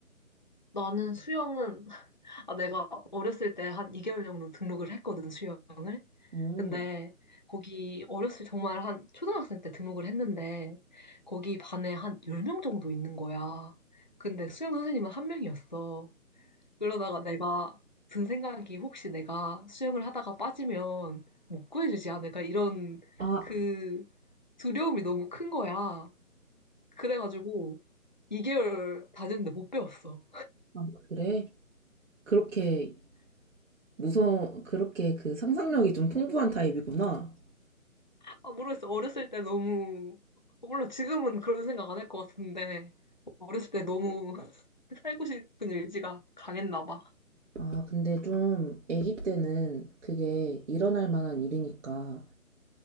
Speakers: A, on the left (about 35°); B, on the right (about 60°).
A: 나는 수영은, 아, 내가 어렸을 때 한 2개월 정도 등록을 했거든, 수영을.
B: 오.
A: 근데 거기 어렸을 정말 한 초등학생 때 등록을 했는데 거기 반에 한 10명 정도 있는 거야. 근데 수영 선생님은 한 명이었어. 그러다가 내가 든 생각이 혹시 내가 수영을 하다가 빠지면 못 구해주지 않을까? 이런
B: 아,
A: 그 두려움이 너무 큰 거야. 그래가지고 2개월 다녔는데 못 배웠어.
B: 아, 그래? 그렇게 무서워, 그렇게 그 상상력이 좀 풍부한 타입이구나.
A: 아, 모르겠어. 어렸을 때 너무, 물론 지금은 그런 생각 안 할 것 같은데, 어렸을 때 너무 <laughs> 살고 싶은 의지가 강했나 봐.
B: 아, 근데 좀 아기 때는 그게 일어날 만한 일이니까.